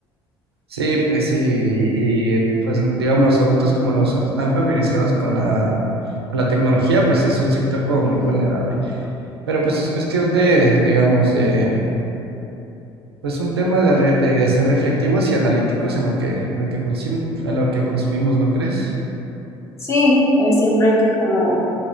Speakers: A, on the right; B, on the left.
A: Sí, pues sí, y pues digamos los adultos como no son- están familiarizados con la, con la tecnología, pues es un sector como muy vulnerable. Pero pues es cuestión de, digamos, de Pues un tema de, re- de ser reflectivos y analíticos en lo que, en lo que, consum- en lo que consumimos, ¿no crees?
B: Sí, eh, siempre hay que como,